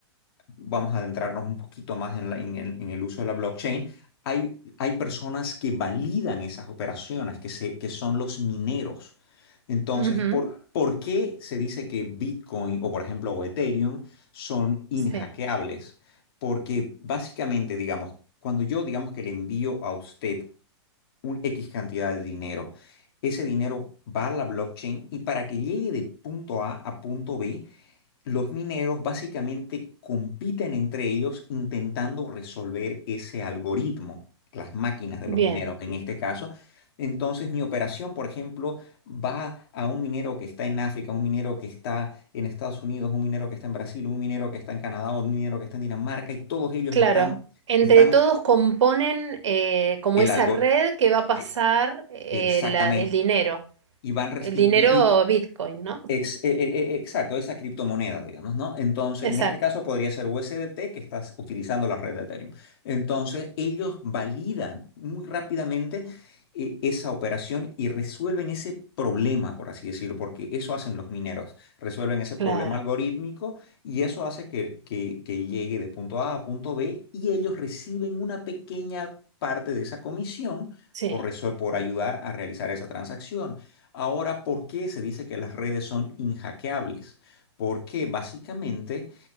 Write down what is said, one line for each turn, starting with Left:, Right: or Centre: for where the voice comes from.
Left: vamos a adentrarnos un poquito más en, la- en el, en el uso de la blockchain. Hay, hay personas que validan esas operaciones, que, se, que son los mineros. Entonces,
Right: ujú.
Left: ¿por, por qué se dice que Bitcoin o, por ejemplo, o Ethereum son inhackeables?
Right: Sí,
Left: Porque básicamente, digamos, cuando yo digamos que le envío a usted un X cantidad de dinero. Ese dinero va a la blockchain y para que llegue de punto A a punto B, los mineros básicamente compiten entre ellos intentando resolver ese algoritmo, las máquinas de
Right: bien,
Left: los mineros en este caso. Entonces mi operación, por ejemplo, va a un minero que está en África, un minero que está en Estados Unidos, un minero que está en Brasil, un minero que está en Canadá, un minero que está en Dinamarca y todos ellos
Right: claro.
Left: están,
Right: Entre
Left: están
Right: todos componen eh, como
Left: el
Right: esa
Left: algoritmo.
Right: red que va a pasar
Left: eh,
Right: eh,
Left: Exactamente.
Right: la- el dinero,
Left: y van re-
Right: el
Left: y,
Right: dinero
Left: y- y
Right: Bitcoin, ¿no?
Left: ex- e- el- e- exacto, esa criptomoneda, digamos, ¿no? Entonces,
Right: Exacto,
Left: en este caso podría ser USDT que estás utilizando la red de Ethereum. Entonces, ellos validan muy rápidamente eh, esa operación y resuelven ese problema, por así decirlo, porque eso hacen los mineros, resuelven ese problema
Right: claro,
Left: algorítmico y eso hace que, que que llegue de punto A a punto B y ellos reciben una pequeña parte de esa comisión
Right: sí,
Left: por, resol- por ayudar a realizar esa transacción. Ahora, ¿por qué se dice que las redes son inhackeables? Porque básicamente